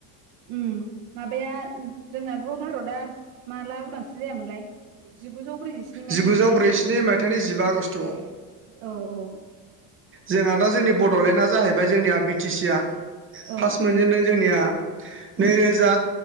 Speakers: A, on the right; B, on the right.
A: उम माबाया जोंनाथ' भारतआ माला उदांस्रि जायामोनलाय? जिगुजौ ब्रैजिस्नि मायथाइमोन
B: जिगुजौ
A: ने
B: ब्रैजिस्नि मायथाइनि जिबा आगष्ट'आव
A: औ औ ।
B: जोंहा दा जोंनि बड'लेण्डआ जाहैबाय जोंनिया बि टि सि आ
A: औ
B: फार्स्ट मोनजेनदों जोंनिया
A: उम
B: नैरोजा